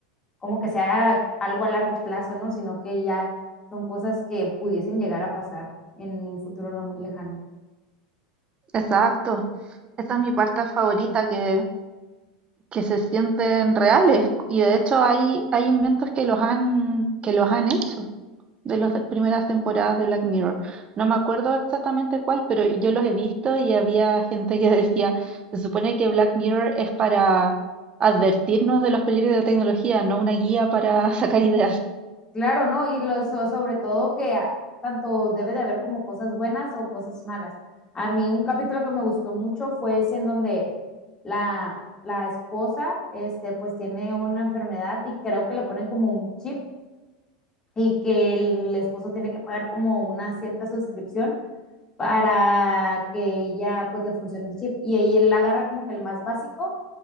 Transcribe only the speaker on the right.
Exacto. Esa es mi parte favorita, que, que se sienten reales. Y de hecho hay, hay inventos que los han, que los han hecho. de las primeras temporadas de Black Mirror. No me acuerdo exactamente cuál, pero yo los he visto y había gente que decía, se supone que Black Mirror es para advertirnos de los peligros de la tecnología, no una guía para <laughs> sacar ideas.